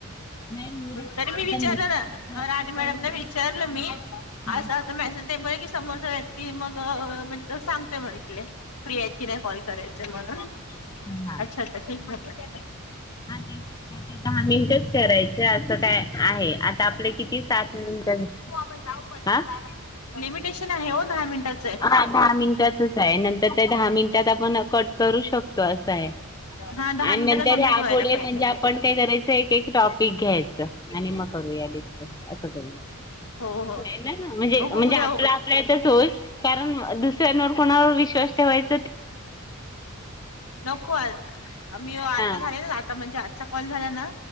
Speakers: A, on the left (about 15°); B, on the left (about 80°).
A: नाही मी नाही
B: तरी मी
A: आता
B: विचारलं
A: नक्की
B: ना
A: नक्की
B: राणी
A: कोण
B: मॅडमला
A: आहे
B: विचारलं
A: काय
B: मी.
A: आहे हां
B: असं असं मेसेज आहे समोरचा व्यक्ती मग म्हणज त सांगतोय म्हटले फ्री आहेत की नाही कॉल करायच म्हणून.
A: हां हां
B: अच्छा अच्छा ठीक आहे.
A: हां ते काय दहा मिनटंच करायचे असं काय आहे आता आपले किती सात मिनटं
B: पण जाऊ प्र
A: हां
B: <unintelligible> लिमिटेशन आहे हो दहा मिनटाच.
A: हा दहा मिनिटाचच आहे नंतर त्या दहा मिनिटात आपण कट करू शकतो असं आहे.
B: हा दहा
A: आणि
B: मिनिटाचा
A: नंतर
B: कंप्लीट
A: यापुढे
B: व्हायला पाहिजे
A: म्हणजे आपण काय करायचं एक एक टॉपिक घ्यायचं आणि मग करू या हे असं.
B: हो हो.
A: <unintelligible> ना म्हणजे
B: बघू
A: म्हणजे
B: उद्या
A: आपला आपल्यातच होईल. कारण दुसऱ्यांवर कोणावर विश्वास ठेवायच.
B: नको आज मी आता
A: हां
B: झाले ना आता म्हणजे आता कॉल झाला ना